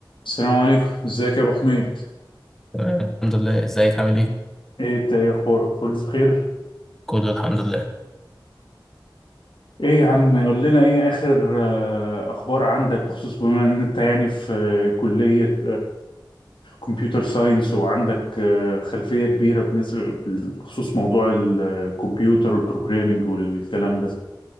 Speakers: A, on the left; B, in the centre.
A: السلام عليكم ازيك يا ابو حميد
B: تمام الحمد لله ازيك عامل ايه
A: ايه انت ايه اخبارك كله بخير
B: كله الحمد لله
A: ايه يا عم قول لنا ايه اخر آه، اخبار عندك بخصوص بما ان انت يعني في آه، كلية كمبيوتر ساينس وعندك آه، خلفية كبيرة بالنسبة بخصوص موضوع الكمبيوتر والبروجرامينج والكلام ده